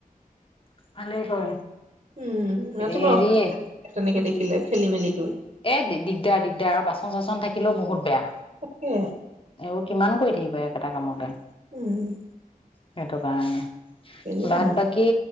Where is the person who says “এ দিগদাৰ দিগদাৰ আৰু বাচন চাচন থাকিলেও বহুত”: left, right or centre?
Left